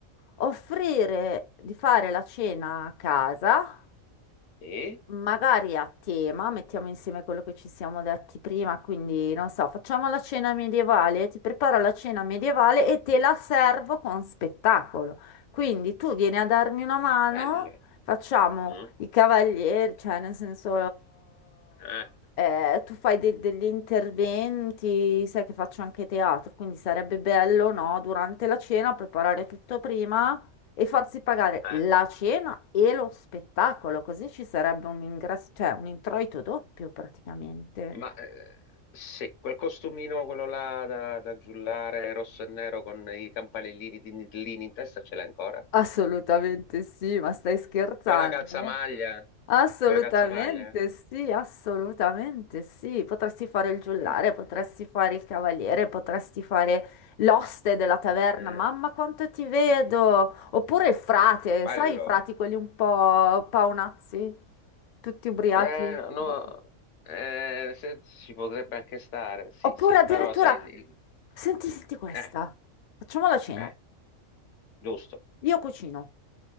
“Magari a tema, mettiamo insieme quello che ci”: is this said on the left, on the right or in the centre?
Left